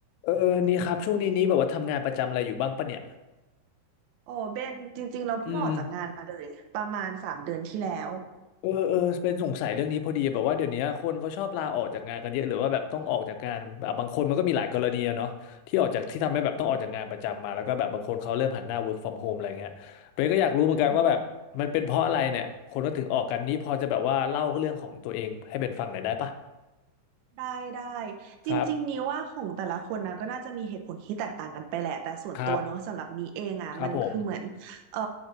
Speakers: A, on the left; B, on the right.
A: เออนี่ครับช่วงนี้นี้แบบว่าทำงานประจำอะไรอยู่บ้างปะเนี่ย
B: โอ้เบนจริงๆเราเพิ่งออกจากงานมาเลยประมาณสามเดือนที่แล้ว
A: อืมเออเออเป็นสงสัยเรื่องนี้พอดีแบบว่าเดี๋ยวนี้คนเขาชอบลาออกจากงานกันเยอะหรือว่าแบบต้องออกจากงานแบบบางคนมันก็มีหลายกรณีอะเนาะที่ออกจากที่ทำให้แบบต้องออกจากงานประจำมาแล้วก็แบบบางคนเขาเริ่มหันหน้า
B: อืม
A: work from home อะไรเงี้ยเบนก็อยากรู้เหมือนกันว่าแบบมันเป็นเพราะอะไรเนี่ยคนก็ถึงออกกันนี่พอจะแบบว่าเล่าเรื่องของตัวเองให้เป็นฟังหน่อยได้ปะ
B: อืมได้ได้จริงๆนี้ว่าของแต่ละคนนะก็น่าจะมีเหตุผลที่แตกต่างกันไปแหละแต่ส่วนตัวเนาะสำหรับนี้เองอ่ะมันคือเหมือนเอ่อ
A: ครับครับครับผม